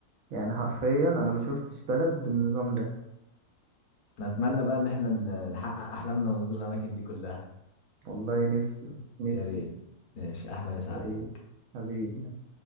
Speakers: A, on the right (about 70°); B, on the left (about 75°).
A: يعني حرفيا انا ما شفتش بلد بالنظام ده
B: نتمنى بقى ان احنا ن- نحقق احلامنا ونزور الاماكن دي كلها
A: والله نفسي نفسي
B: يا ريت ماشي احلى مسا
A: يا
B: عليك
A: ريت حبيبي